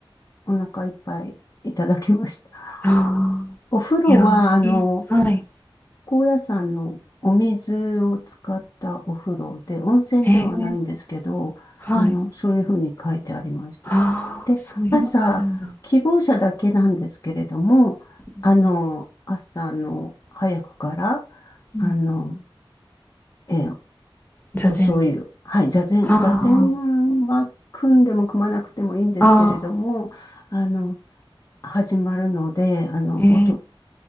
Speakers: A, on the left; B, on the left.
A: お腹いっぱいいただきました。
B: ーあ
A: お風呂は、
B: ー、いやー、
A: あの、
B: いい、はい、
A: 高野山のお水を使ったお風呂で、温泉ではないんですけど、
B: へえ、はい、
A: あの、そういうふうに書いてありました。
B: ああ、
A: で、
B: そういうのがあるんだ。
A: 朝、希望者だけなんですけれども、
B: うん
A: あの、朝の早くから、
B: うん
A: あの、えーっ
B: 座禅、
A: と、そういう、はい、座禅、
B: あ
A: 座禅は組んでも組まなくてもいいんですけれども、
B: あ、あ
A: あの、始まるので、あの、
B: あ、へえ、
A: おと、